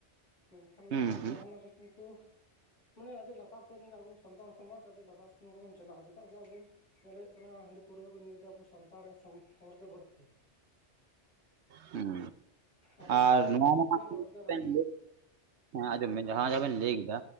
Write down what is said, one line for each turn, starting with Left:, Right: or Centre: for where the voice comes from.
Left: ᱢᱮᱱᱠᱷᱟᱱ ᱚᱱᱟ
Right: ᱦᱩᱸ
Left: ᱪᱤᱱᱛᱟᱹ
Right: ᱦᱩᱸ
Left: ᱵᱷᱟᱵᱽᱱᱟ ᱫᱚ ᱠᱤᱱᱛᱩ ᱢᱟᱱᱮ ᱟᱹᱰᱤ ᱞᱟᱛᱟᱨ ᱥᱮᱫ ᱜᱮ ᱟᱵᱚ ᱥᱟᱱᱛᱟᱲ ᱥᱚᱢᱟᱡᱽ ᱟᱹᱰᱤ ᱞᱟᱛᱟᱨ ᱥᱮᱱ ᱜᱮᱵᱚᱱ ᱪᱟᱞᱟᱜᱼᱟ ᱪᱮᱫᱟᱜ ᱥᱮ ᱟᱵᱚ ᱧᱮᱞ ᱦᱩᱭᱩᱜ ᱠᱟᱱᱟ ᱦᱟᱺᱰᱤ ᱯᱟᱹᱨᱣᱟᱹ ᱠᱚ ᱧᱩᱭᱮᱫᱟ ᱟᱵᱚ ᱥᱟᱱᱛᱟᱲ ᱦᱚᱲᱜᱮ ᱵᱟᱹᱲᱛᱤ
Right: ᱦᱩᱸ
Left: ᱟᱵᱮᱱ
Right: ᱟᱨ
Left: ᱠᱷᱚᱱ ᱚᱸᱰᱮ
Right: ᱱᱚᱣᱟ
Left: ᱴᱷᱤᱠ ᱵᱮᱱ
Right: <unintelligible>
Left: ᱨᱳᱡᱽᱜᱟᱨᱟ
Right: ᱦᱮᱸ ᱟᱸᱡᱚᱢ ᱵᱮᱱ ᱡᱟᱦᱟᱸ ᱡᱟᱦᱟᱸ ᱵᱮᱱ ᱞᱟᱹᱭ ᱠᱮᱫᱟ